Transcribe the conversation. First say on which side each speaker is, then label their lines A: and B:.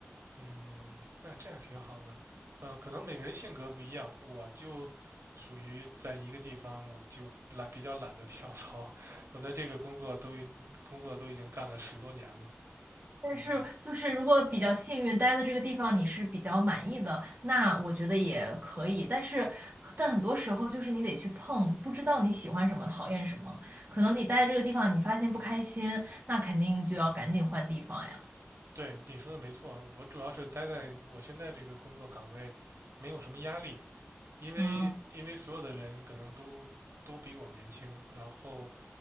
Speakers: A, on the right; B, on the right.
A: 嗯，那这样挺好的。嗯，可能每个人性格不一样，我就属于在一个地方，我就懒，比较懒得跳槽。<laughs> 我在这个工作都已经工作都已经干了十多年了。
B: 但是就是如果比较幸运待的这个地方你是比较满意的，
A: 嗯，
B: 那我觉得也可以。但是，但很多时候就是你得去碰，不知道你喜欢什么，讨厌什么。可能你待在这个地方，你发现不开心，那肯定就要赶紧换地方呀。
A: 对，你说的没错，我主要是待在我现在这个工作岗位，没有什么压力，因为因为所有的人可能都都比我年轻，
B: 嗯，
A: 然后